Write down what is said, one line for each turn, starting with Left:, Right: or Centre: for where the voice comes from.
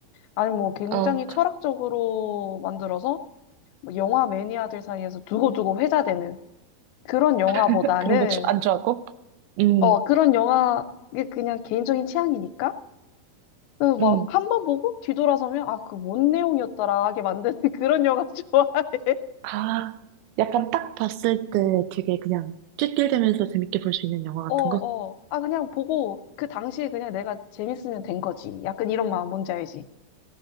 Left: 아니, 뭐 굉장히
Right: 어,
Left: 철학적으로
Right: 그,
Left: 만들어서, 뭐 영화 매니아들 사이에서 두고두고 회자되는 그런 영화보다는,
Right: 응. 그런 거 안 좋아하고? 응
Left: 어, 그런 영화, 이게 그냥 개인적인 취향이니까? 그 막
Right: 응
Left: 한 번 보고 뒤돌아서면 아, 그 뭔 내용이었더라 하게 만드는 <laughs> 그런 영화 좋아해.
Right: 아, 약간 딱 봤을 때 되게 그냥 낄낄대면서 재밌게 볼 수 있는 영화
Left: 어,
Right: 같은
Left: 어.
Right: 거?
Left: 아, 그냥 보고 그 당시에 그냥 내가 재밌으면 된 거지. 약간 이런 마음 뭔지 알지?